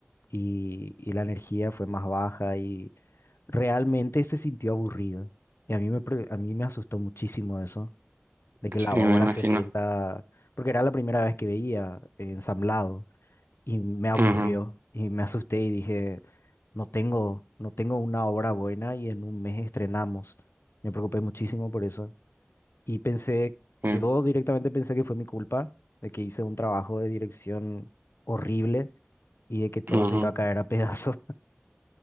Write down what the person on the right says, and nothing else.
Sí,
me
imagino.
Ujú,
sí,
ujú.